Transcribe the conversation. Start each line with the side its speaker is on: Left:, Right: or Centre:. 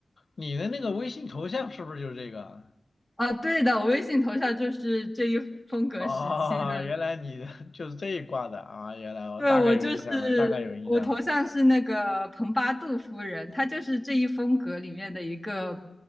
Left: 你的那个微信头像是不是就是这个啊
Centre: 啊，对的，我微信头像就是这一风格时期的。
Left: 哦，原来你的 <laughs> 就是这一挂的啊！原来我大概有印象了，
Centre: 对，我就是我头像是那个蓬巴杜夫人，
Left: 大概有印象了。
Centre: 她就是这一风格里面的一个，